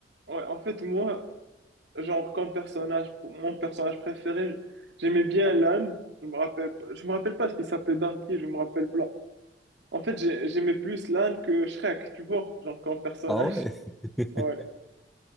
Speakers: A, on the right; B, in the centre.
A: ouais, en fait, moi, genre, comme personnage, pour- mon personnage préféré, j'aimais bien l'âne. Je me rappelle pas, je me rappelle pas ce qu'il s'appelait dans qui, je me rappelle pas. En fait, j'ai- j'aimais plus l'Inde que Shrek, tu vois, genre comme personnage.
B: Ah ouais?
A: <laughs>
B: <laughs>
A: Ouais.